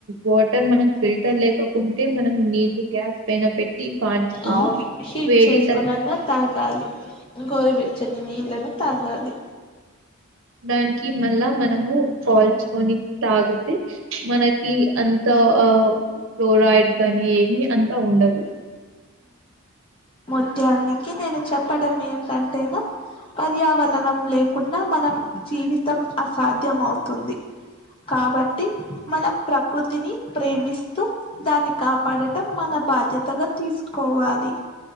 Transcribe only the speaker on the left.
అవును హీట్
చేసుకోనన్న తాగాలి గోరు వెచ్చని నీళ్లను తాగాలి
మొత్త్యానికి నేను చెప్పడం ఏంటంటేను పర్యావరణం లే కున్నా మనం జీవితం అసాధ్యంమవుతుంది కాబట్టి మనం ప్రకృతిని ప్రేమిస్తూ దాన్ని కాపాడటం మన బాధ్యతగా తీసు కోవాలి